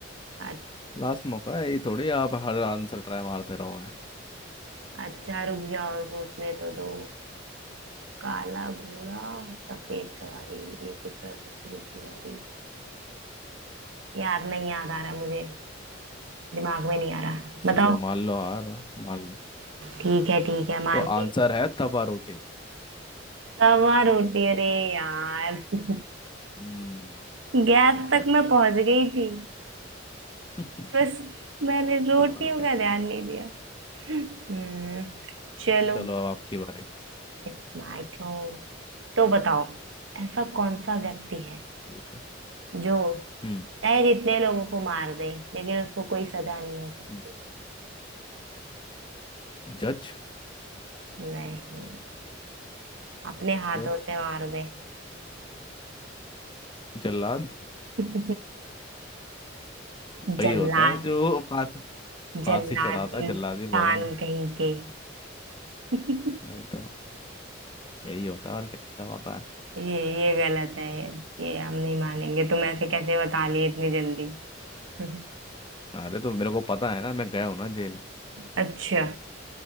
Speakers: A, on the right; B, on the left.
A: अच्छा
B: लास्ट मौका है ये थोड़ी आप हर आंसर ट्राई मारते रहोगे
A: अच्छा, रुक जाओ सोचने तो दो काला घोड़ा सफेद सवारी एक उतरा दूसरे की बारी यार नहीं याद आ रहा मुझे दिमाग में नहीं आ रहा बताओ
B: चलो मान लो हार मान लो
A: ठीक है ठीक है मान
B: तो
A: गई
B: आंसर है तवा रोटी
A: तवा रोटी अरे यार <laughs>
B: हम्म
A: गैस
B: एग्जैक्टली
A: तक मैं पहुंच गई थी
B: <laughs>
A: बस मैंने रोटियों
B: तवा रोटी
A: का ध्यान नहीं दिया हम्म चलो
B: चलो अब आपकी बारी
A: It's my turn तो बताओ ऐसा कौन सा व्यक्ति है
B: पूछो
A: जो
B: हम्म
A: चाहे जितने लोगों को मार दे लेकिन उसको कोई सजा नहीं हो सकती
B: हम्म। जज
A: नहीं अपने हाथों
B: फिर
A: से मार दे
B: जल्लाद
A: <laughs>
B: वही
A: जल्लाद
B: होता है जो फांसी
A: जल्लाद
B: फांसी चढ़ाता है
A: इंसान
B: जल्लाद ही बोला
A: कहीं के <laughs> ये
B: वही तो यही होता है और क्या होता है
A: ये गलत है ये हम नहीं मानेंगे तुम ऐसे कैसे बता लिए इतनी जल्दी <laughs>
B: अरे तो मेरे को पता है ना मैं गया हूँ ना जेल
A: अच्छा